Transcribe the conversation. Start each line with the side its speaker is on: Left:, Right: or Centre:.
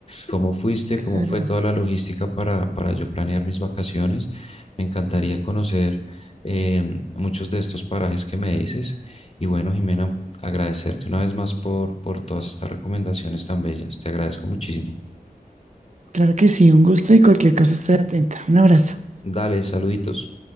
Left: cómo fuiste,
Right: claro.
Left: cómo fue toda la logística para, para yo planear mis vacaciones. Me encantaría conocer em, muchos de estos parajes que me dices. Y bueno, Jimena, agradecerte una vez más por, por todas estas recomendaciones tan bellas. Te agradezco muchísimo.
Right: Claro que sí, un gusto y cualquier cosa estoy atenta. Un abrazo.
Left: Dale, saluditos.